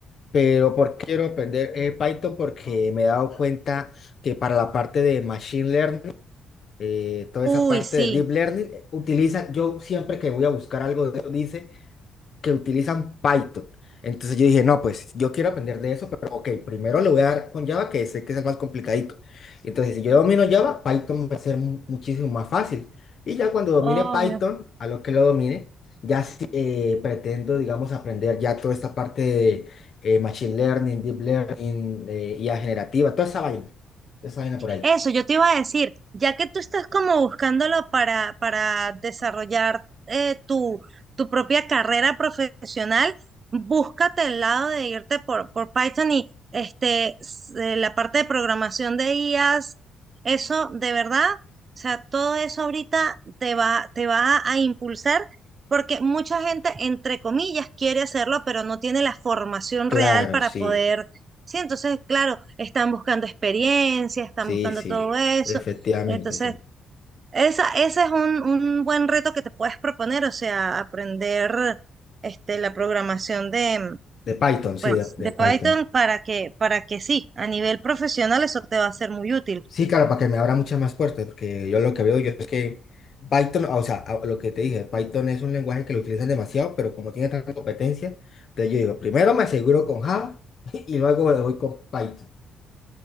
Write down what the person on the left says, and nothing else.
pero ¿por qué quiero aprender eh, Python? Porque me he dado cuenta que para la parte de Machine Learning, eh, toda esa
parte
de Deep Learning, eh, utiliza, yo siempre que voy a buscar algo de eso, dice que utilizan Python. Entonces yo dije, no, pues yo quiero aprender de eso, pero ok, primero le voy a dar con Java, que sé que es el más complicadito. Entonces, si yo domino Java, Python va a ser mu- muchísimo más fácil. Y ya cuando domine
Python, a lo que lo domine, ya sí, eh, pretendo, digamos, aprender ya toda esta parte de eh, Machine Learning, Deep Learning, eh, IA generativa, toda esa vaina, toda esa vaina por ahí.
Claro,
sí.
Sí,
sí,
efectivamente,
sí.
De Python, sí,
de, de
Python.
Sí, claro, para que me abra muchas más puertas, porque yo lo que veo yo es que Python, o sea, a- lo que te dije, Python es un lenguaje que lo utilizan demasiado, pero como tiene tanta competencia, entonces yo digo, primero me aseguro con Java <laughs> y luego le voy con Python.